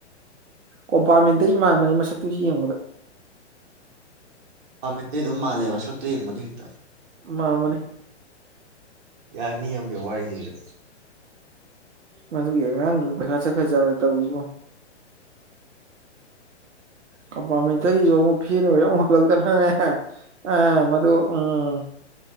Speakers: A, on the right (about 85°); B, on the right (about 45°).
A: ꯀꯣꯝꯄꯥꯃꯦꯟꯇꯔꯤ ꯃꯥꯟꯕꯅꯤ ꯃꯁꯛꯇꯨ ꯌꯦꯡꯕꯗ
B: ꯄꯥꯃꯦꯟꯇꯔꯤ ꯑꯗꯨꯝ ꯃꯥꯜꯂꯦꯕ ꯁꯛꯇꯨ ꯌꯦꯡꯕꯗ ꯍꯦꯛꯇ
A: ꯃꯥ ꯃꯟꯕꯅꯤ
B: ꯌꯥꯅꯤ ꯌꯥꯝꯝꯕꯦ ꯋꯥꯔꯤꯁꯤꯁꯨ
A: ꯃꯗꯨꯒꯤ ꯑꯉꯥꯡꯗꯨ ꯄꯩꯁꯥ ꯆꯠꯈꯠ ꯆꯠꯔ ꯇꯧꯔꯤꯁꯤꯕꯣ ꯀꯝꯄꯥꯃꯦꯟꯇꯇꯔꯤꯗꯨ
B: ꯋꯥꯔꯤꯁꯤꯁꯨ
A: ꯑꯃꯨꯛ ꯐꯦꯅ ꯑꯣꯏꯔ ꯑꯃꯨꯛ <unintelligible> ꯑ ꯃꯗꯨ ꯎꯝ